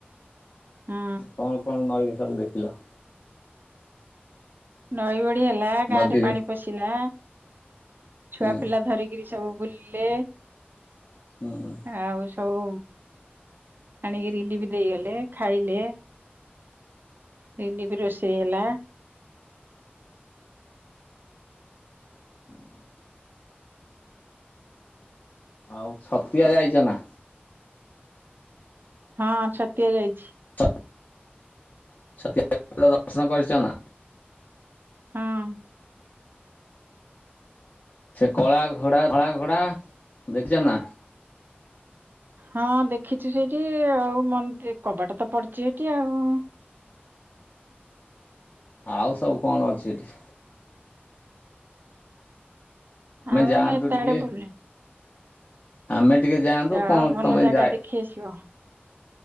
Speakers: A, on the right (about 55°); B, on the left (about 45°).
A: ହୁଁ
B: କଣ କଣ ନଈ ରେ ସବୁ ଦେଖିଲ?
A: ନଈ ବଢ଼ି ହେଲା ଗାଁ
B: ନଦୀରେ?
A: ରେ ପାଣି ପଶିଲା ଛୁଆ
B: ହୁଁ
A: ପିଲା ଧରିକିରି ସବୁ ବୁଲିଲେ।
B: ହୁଁ।
A: ଆଉ ସବୁ ଆଣିକି ରିଲିଫ ଦେଇଗଲେ ଖାଇଲେ ରିଲିଫ ରୋଷେଇ ହେଲା
B: ହୁଁ। ଆଉ ଛତିଆ ଯାଇଛ ନା।
A: ହଁ ଛତିଆ ଯାଇଛି।
B: ତ <unintelligible> ଦର୍ଶନ କରିଛ ନା।
A: ହଁ।
B: ସେ କଳାଘୋଡା ଧଳାଘୋଡା ଦେଖିଛ ନା।
A: ହଁ ଦେଖିଛୁ ସେଇଠି ଆଉ ମନ୍ଦି କବାଟ ତ ପଡିଛି ସେଠି ଆଉ।
B: ଆଉ ସବୁ କଣ ଅଛି ସେଠି।
A: ଆଉ
B: ଯାଆନ୍ତୁ
A: ଆମେ ଏତେ
B: ଟିକେ
A: ଆଡେ ବୁଲିନୁ।
B: ଆମେ ଟିକେ ଯାଆନ୍ତୁ
A: ଯା
B: କଣ
A: ହଉ ଭଲ
B: ତମେ ଯାଏ
A: <unintelligible>